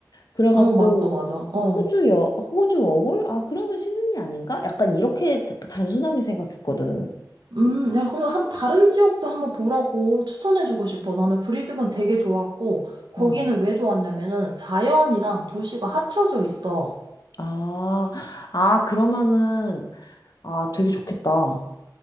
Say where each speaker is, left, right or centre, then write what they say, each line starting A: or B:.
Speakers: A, on the left; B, on the right.
A: 그래갖고
B: 어, 맞죠, 맞아. 어.
A: 호주 여 호주 워홀? 아 그러면 시드니 아닌가? 약간 이렇게 다- 단순하게 생각했거든.
B: 음, 야, 그럼 한 다른 지역도 한번 보라고 추천해주고 싶어. 나는 브리즈번 되게 좋았고, 거기는
A: 응.
B: 왜 좋았냐면은 자연이랑 도시가 합쳐져 있어.
A: 아, 아 그러면은 아 되게 좋겠다.